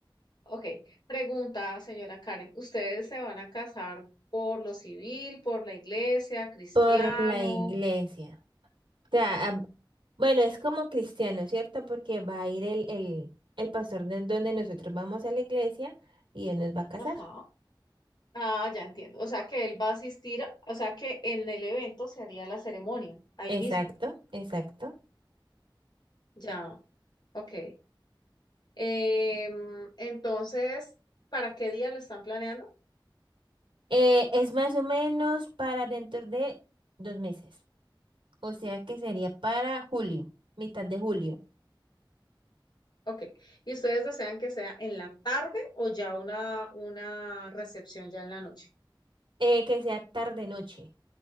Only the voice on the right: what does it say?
Por la iglesia. O sea, ah, bueno, es como cristiano, ¿cierto? Porque va a ir el, el, el pastor de donde nosotros vamos a la iglesia y él nos va a casar.
Exacto, exacto.
Eh, es más o menos para dentro de dos meses. O sea que sería para julio, mitad de julio.
Eh, que sea tarde noche.